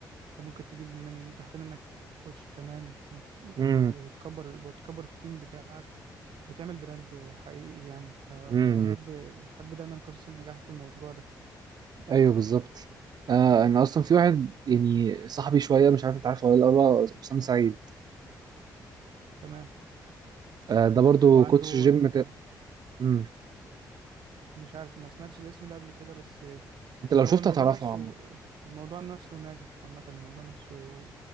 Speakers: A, on the right; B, on the right.
A: فممكن تجيب من تحت منك كوتش كمان وت- وال-
B: امم
A: وتكبر وتكبر التيم بتاعك وتعمل براند حقيقي يعني ف- فبحب
B: امم
A: بحب دايما قصص النجاح في الموضوع ده
B: ايوه بالظبط آه انا اصلا في واحد يعني صاحبي شويه مش عارف انت عارفه ولا لا هو اسامه سعيد
A: تمام
B: آه ده برضو
A: هو عنده
B: كوتش
A: آه،
B: جيم كده امم
A: مش عارف ما سمعتش الاسم ده قبل كده بس
B: انت لو
A: هو
B: شفته
A: الموضوع
B: هتعرفه
A: نفسه
B: عامه
A: الموضوع نفسه ناجح عامة الموضوع نفسه